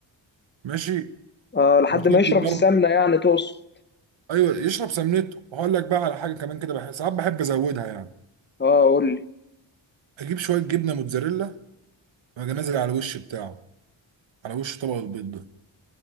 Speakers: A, on the right; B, on the left.
A: ماشي
B: اه لحد
A: وتهدي
B: ما يشرب
A: النار
B: السمنة يعني تقصد
A: ايوه يشرب سمنته وهقول لك بقى على حاجه كمان كده بحس ساعات بحب ازودها يعني
B: اه قول لي
A: اجيب شويه جبنه موتزاريلا واجي نازل على الوش بتاعه على وش طبق البيض ده